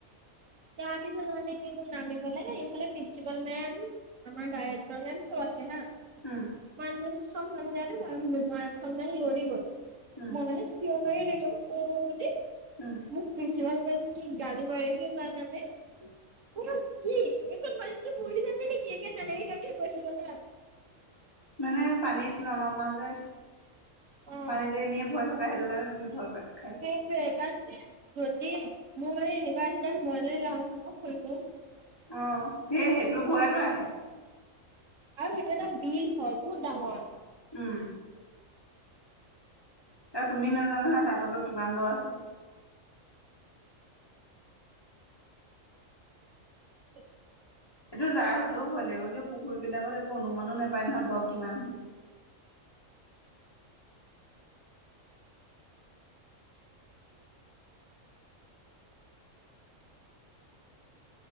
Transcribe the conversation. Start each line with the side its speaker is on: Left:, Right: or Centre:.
Right: তাৰ পিছত মই এতিয়া মোক নামিবলে এইফালে প্ৰিন্সিপাল মেম- আমাৰ ডাইায়ৰেক্ট মেম চব আছে হাঁ।
Left: উম'
Right: মানে চব নামি যাওতে ময় আহিলো তোমাৰ আগফালে লৰি গল।
Left: উম
Right: মই মানে- চিঞৰ মাৰি ললো অ বুলি।
Left: উম'
Right: মোক প্ৰিন্সিপাল মেমে কি গালি পাৰিছে জানা- নে অই কি এইকন পানীত কি মৰি যাবি নেকি একে তেনেকাকে কৈছে জানা।
Left: মানে পানীত ননমা যে।
Right: অঁ'
Left: এইটো এনেই ভয় থকা সেইটো কাৰণে তুমি ভয় কৰা।
Right: সেইটোৱে, কাৰণ যদি মোৰ মানে এনেকুৱা আহি যায় মই যদি ল'ৰা মানুহক ফুৰিফুওঁ-
Left: অঁ, সেই সেইটো ভয়তো আহে।
Right: আৰু সেইটো এটা বিল হয় বহুত ডাঙৰ।
Left: উম' আৰু তুমি নাজানা নহয় তাত অলপ কিমান দ আছে?
Right: <unintelligible>
Left: এইটো যাৰ হলেও ভয় লাগিব কিবা পুখুৰী বিলাকত একো অনুমানো নাপায় নহয় দ কিমান থাকে।